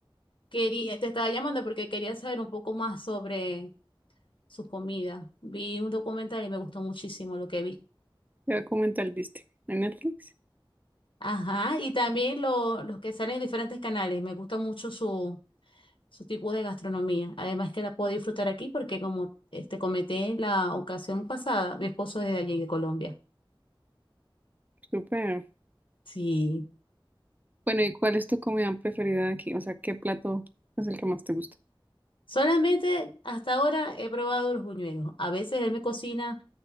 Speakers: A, on the left (about 70°); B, on the right (about 20°).
A: Quería, te estaba llamando porque quería saber un poco más sobre su comida. Vi un documental y me gustó muchísimo lo que vi.
B: ¿Qué documental viste? ¿En Netflix?
A: Ajá, y también lo- los que salen en diferentes canales. Me gusta mucho su, su tipo de gastronomía. Además que la puedo disfrutar aquí porque como este, comenté en la ocasión pasada, mi esposo es de allí, de Colombia.
B: Súper.
A: Sí.
B: Bueno, ¿y cuál es tu comida preferida de aquí? O sea, ¿qué plato es el que más te gusta?
A: Solamente hasta ahora he probado los buñuelos. A veces él me cocina